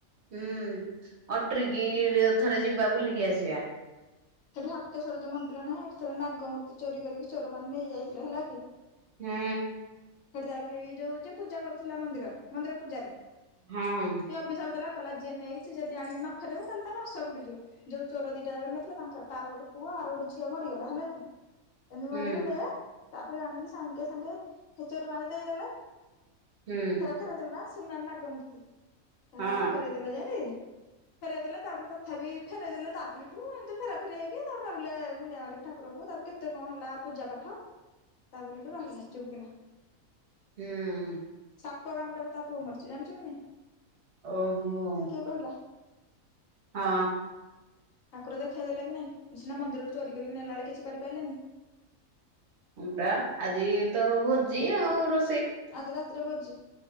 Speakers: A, on the right (about 60°); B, on the left (about 70°).
A: ହୁଁ ଅଟରିକି
B: ହେଠି।
A: ଥରେ ଯିବା ବୁଲିକି ଆସିବା।
B: ସେଠି ହଟେକେଶ୍ୱର ଯୋଉଁ ମନ୍ଦିର ନାହିଁ ଏଠ ଥରେ ନାଗମୂର୍ତ୍ତି ଚୋରି କରିକି ଚୋରାନ ନେଇ ଯାଇଥିଲେ। ହେଲା କି।
A: ହୁଁ।
B: ସେଠ ତାର ହେଇ ଯୋଉ ଯ ପୂଜା କରୁଥିଲା ମନ୍ଦିର ମନ୍ଦିର ପୂଜାରେ।
A: ହଁ।
B: ସିଏ ଅଭିଶାପ ଦେଲା କଲା ଯିଏ ନେଇ ଯଦି ଆଣି ଫେରେଇବ ତାହେଲେ ତା ବାସ ବୁଡିଯିବ, ଯୋଉ ଚୋର ଦିଟା ନଥିଲା ତା ତାର ଗୋଟେ ପୁଅ ଆର ଗୋଟେ ଝିଅ ମରିଗଲା ହେଲା କି ଏମିତି
A: ହୁଁ
B: ମରିଗଲେ ତାପରେ ଆଣିକି ସାଙ୍ଗେ ସାଙ୍ଗେ ହେ ଚୋରମାନେ ଦେଇଦେଲେ।
A: ହୁଁ।
B: ଫରେଇଦେଲେ ନା ସୁନା ନଗମର୍ତ୍ତି ଡାଇରେକ୍ଟ
A: ହଁ
B: ଫେରେଇଦେଲେ। ଯା ଫେରଇ ଦେଲେ ତାପରେ ତଥାପି ଫେରଇ ଦେଲେ ତାପରେ ସେଠୁ ଏମତି ଫେରା ଫେରି ହେଇକି ତା ରହିଲେ ମୁଣ୍ଡିଆ ମାରିକି ଠାକୁରଙ୍କୁ ତାକୁ କେତେ କଣ ହେଲା ପୂଜା ପାଠ। ତାପରେ ସେଠୁ ରହିଲା ଚୁପକିନା।
A: ହୁଁ।
B: ସାପ କାମଟାରେ ତା ପୁଅ ମାରୁଛି ଜାଣିଛୁ କି ନାହିଁ।
A: ଓହୋ।
B: କହିଲା
A: ହଁ।
B: ଠାକୁର ଦେଖାଇ ଦେଲା କି ନାଇଁ ସେ ସିନା ମନ୍ଦିରରୁ ଚୋରି କରିକି ନେଲା ବେଳେ କିଛି କରିପାରିଲାନି।
A: ପୁରା ଆଜି ତ ଭୋଜି ଆଉ ରୋ
B: ଆଜି ରାତିରେ ଭୋଜି